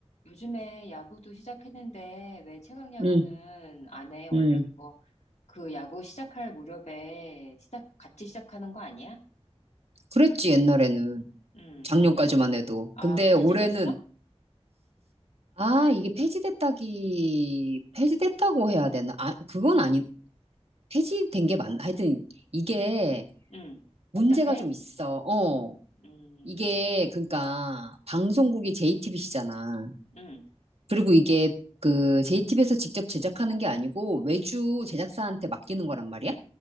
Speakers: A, on the left (about 85°); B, on the right (about 65°).
A: 요즘에 야구도 시작했는데 왜 최강 야구는
B: 응,
A: 안 해? 원래
B: 응.
A: 그거 그 야구 시작할 무렵에 시작 같이 시작하는 거 아니야?
B: 그랬지, 옛날에는.
A: 음.
B: 작년까지만 해도.
A: 아,
B: 근데
A: 폐지됐어?
B: 올해는, 아, 이게 폐지됐다기, 폐지됐다고 해야 되나? 아, 그건 아니, 폐지된 게 맞나? 하여튼, 이게
A: 음.
B: 문제가
A: 복잡해?
B: 좀 있어. 어.
A: 음.
B: 이게, 그러니까, 방송국이 JTBC잖아.
A: 음.
B: 그리고 이게, 그, JTBC에서 직접 제작하는 게 아니고, 외주 제작사한테 맡기는 거란 말이야?